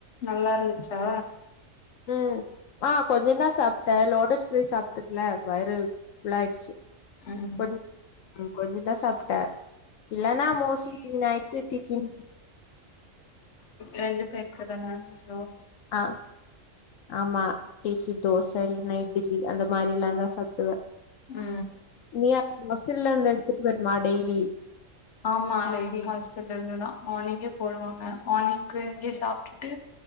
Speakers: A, on the left; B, on the left.
A: நல்லா இருந்துச்சா
B: ம் ஆ கொஞ்சந்தா சாப்ட லோடட் ஃப்ரை சாப்டதுல வயிறு புல்லாயிடுச்சு
A: ம்
B: கொஞ் கொஞ்சந்தா சாப்ட இல்லனா மோஸ்ட்லி நைட்டு டிபன்
A: ரெண்டு பேருக்குதானா சோ
B: ஆ ஆமா டிசி தோச இல்லனா இட்லி அந்த மாறில்லா தா சாப்டுவ
A: ஆ
B: நீயா ஹாஸ்டல்ல வந்து எடுத்துட் வருமா டெய்லி
A: ஆமா டெய்லி ஹாஸ்டல்ல இருந்துதா மார்னிங்கே போடுவாங்க மார்னிங்கு இங்யே சாப்டுட்டு